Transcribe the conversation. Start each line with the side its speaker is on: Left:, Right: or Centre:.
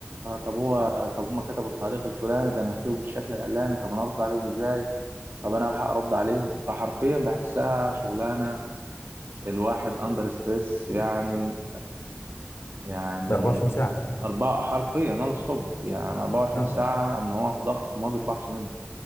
Right: طب هو طب هم كتبوا التعليق الفلاني ده انا هكتبه بالشكل الاعلاني طب انا ارد عليهم ازاي طب انا الحق ارد عليهم فحرفيا بحسها شغلانه الواحد اندر ستريس يعني يعني
Left: ده 24 ساعة
Right: أربعة حرفيا نون ستوب يعني 24
Left: اه
Right: ساعة إن هو في ضغط ما بيطلعش منه